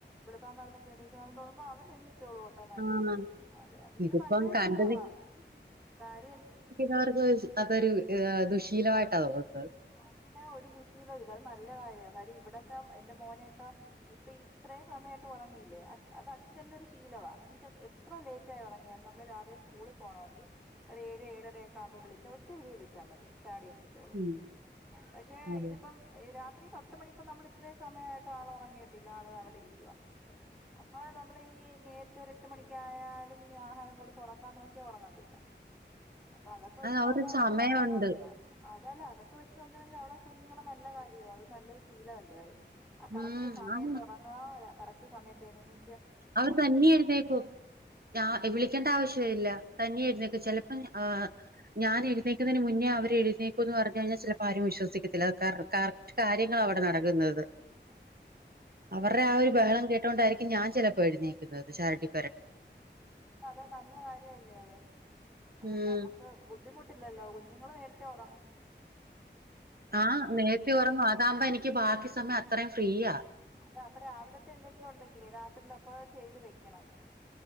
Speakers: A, in the centre; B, on the right.
A: വളപ്പം കാലത്ത്ക്ക എണിക്കണന്ന് തോന്ന്പോ അവ എണീട്ടളോട്ടെ ഓട്ടോമാറ്റിക്കലി
B: ആഹ്
A: അതെ അ ഇത്
B: ഇതിപ്പം
A: നല്ലൊരു
B: കണ്ടു
A: ശീലവാ കാര്യ
B: വർക്ക് അതൊരു ദുശീലമായിട്ടാ നോന്നുന്നത്
A: അങ്ങനെ ഒരു ദുശീല ഇല്ല അത് നല്ല കാര്യമാണ് കാര് ഇവിടെൊക്കെ എന്റെ മോനെയൊക്കെ ഇപ്പൊ ഇത്രയും സമയമായിട്ട് ഉറങ്ങിയില്ലേ അത് അച്ഛന്റെ ഒരു ശീലവാ എന്ന വെച്ചാ എത്ര ലേറ്റ ആയി ഉറങ്ങിയായിരുന്നു നമ്മള് രാവിലെ സ്കൂളിൽ പോകണമെങ്കിൽ ഒ ഏഴ് ഏഴരക്ക ആഉമ്പോ വിളിച്ച ഒരി വിടി വിളിച്ചാൽ മതി ചാടിയണീട്ട
B: ഉം
A: പക്ഷെ
B: അതെ
A: ഇതിപ്പം രാത്രി പത്ത മണി ഇപ്പോ നമ്മൾ ഇത്രേ സമയമായിട്ട് ആൾ ഉറങ്ങിയിട്ടില്ല ആള് അവിടെ ഇരിക്കുവ അപ്പൊ നമ്മൾ ഈ നേരത്തെ ഒരു എട്ട് മണിക്കായാലും ഇനി ആഹാരം കൊടുത്ത് ഉറക്കാൻ നോക്കിയാ ഉറങ്ങത്തില്ല അപ്പൊ അതൊക്കെ വെച്ച്
B: അത് അവർക്ക്
A: നോക്കുവാണെങ്കി
B: സമയമുണ്ട്
A: നല്ല കാര്യവാ അതല്ല അതൊക്കെ വെച്ച് നോക്കണെങ്കിൽ അവിടെ കുഞ്ഞുങ്ങളടെ നല്ല കാര്യവും അത് നല്ലൊ ശീലമല്ലേ അത് ആഹ് കറക്റ്റ്
B: ഉം
A: സമയത്ത്
B: അത്
A: ഉറങ്ങാ കറക്റ്റ് സമയത്ത് എണിനീ
B: അവർ തന്നെയായിരുന്നേ പോ ഞ വിളിക്കേണ്ട ആവശ്യ ഇല്ല താനിയെ നിക്കച്ചല്ലപ്പ ആഹ് ഞാൻ എഴുന്നേക്കതിന് മുന്നേ അവരെഴുന്നേക്കു എന്ന് പറഞ്ഞ കഴിഞ്ഞാൽ ചിലപ്പോ ആരും വിസിക്കല്ല കാര്യങ്ങളാ അവിടെ നടക്കുന്നത് അവരുടെ ആ ഒരു ബഹളം കേട്ടോണ്ടായിരിക്കും ഞാൻ ചിലപ്പോ എഴുന്നേക്കുന്നത് ശാരട്ടി
A: അത് നല്ല കാര്യല്ലേ അത് അങ്ങനെ
B: ഉം
A: നമുക്ക് ബുദ്ധിമുട്ടില്ലല്ലോ കുഞ്ഞുങ്ങള് നേരത്തെ ഉടങ്ങാം
B: ആഹ് നേരത്തെ ഉറങ്ങു അതാകുമ്പോ എനിക്ക് ബാക്കി സമയം അത്രയും ഫ്രീയാ
A: അതാ അപ്പൊ രാവിലത്തെ എന്തെങ്കിലും ഉണ്ടെങ്കിലേ രാത്രിയിലപ്പ ചെയ്ത് വെക്കണം